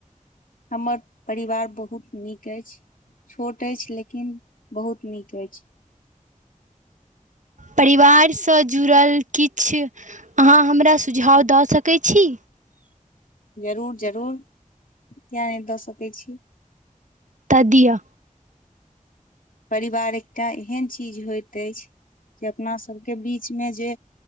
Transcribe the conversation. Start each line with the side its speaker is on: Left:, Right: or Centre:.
Left: हमर परिवार बहुत नीक अछि। छोट अछि, लेकिन बहुत नीक अछि।
Right: परिवारसँ जुड़ल किछु अहाँ हमरा सुझाव दऽ सकै छी?
Left: जरूर जरूर। किए नहि दऽ सकै छी।
Right: तऽ दिअ।
Left: परिवार एकटा एहन चीज होइत अछि, जे अपना सबके बीचमे जे